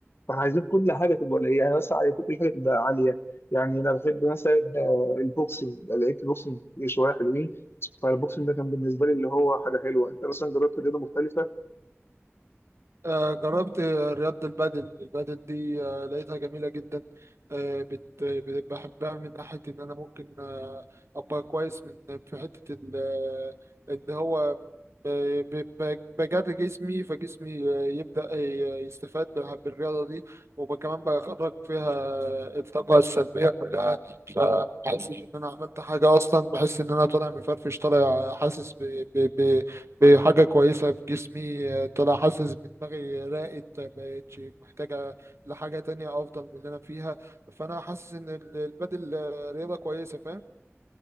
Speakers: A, on the left; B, on the right.
A: فاحنا عايزين كل حاجه تبقى قليله يعني مثلا عايزين كل حاجه تبقى عاليه يعني انا بحب مثلا آه، البوكسنج لقيت البوكسنج شويه حلوين فالبوكسنج ده كان بالنسبه لي اللي هو حاجه حلوه انت مثلا جربت رياضه مختلفه
B: آه، جربت رياضة البادل البادل دي آه، لقيتها جميلة جدا آه، بت- بت- بحبها من ناحية إن أنا ممكن آه، أبقى كويس من في حتة ال- آه، إن هو ب- ب- ب- بجري جسمي فجسمي آه، يبدأ ي- يستفاد بالح- بالرياضة دي وكمان بخرج فيها الطاقة السلبية كلها فبحس إن أنا عملت حاجة أصلا بحس إن أنا طالع مفرفش طالع حاسس ب... ب... بحاجة كويسة في جسمي آه، طلع حاسس بدماغي راقت ما بقتش محتاجة لحاجة تانية أفضل من اللي أنا فيها فأنا حاسس إن ال- البادل آه، رياضة كويسة فاهم